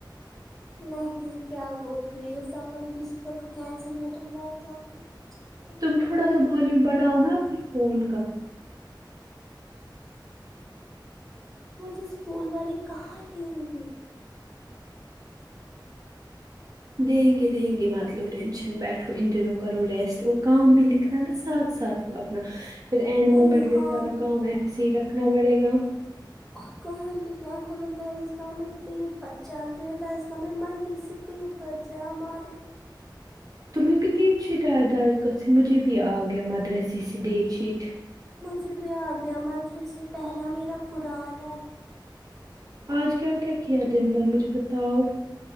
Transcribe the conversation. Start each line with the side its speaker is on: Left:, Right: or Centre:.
Centre: نہیں کیا بول رہی ہو سممر ویکیشن تک کینسل رہ تو میں جاؤں گی تو چکر آ
Right: تم تھوڑا
Centre: جائے
Right: سا
Centre: گا
Right: والیوم بڈھاونا انپے فون کا
Centre: مجھے اسکول والے کہاں لیں گی
Right: دینگے دینگے مت لو ٹیٹنشن بیٹھو ان دنوں کرو ریسٹ اور کام بھی لکھنا نا ساتھ ساتھ اپنا پھر اینڈ مومنٹ
Centre: ارے ہاں
Right: پے سارا کام ایسے ہی رکھنا پڑے گا
Centre: ہاں کام لکن یار ہمے درس گاہ میں پیر پر چل رہے ہیں دارس گاہ میں منڈے سے پیر پے جہ مارے
Right: تمہیں بھی ڈیٹ شیٹ آیا درس گاه سے مجھے بھی آ گیا مدرسے سے ڈیٹ شیٹ
Centre: مجھے بھی آ گیا مادر سے پہلا میرا قرآن ہے
Right: آج کیا کیا کیا دن بھر مجھے بتاؤ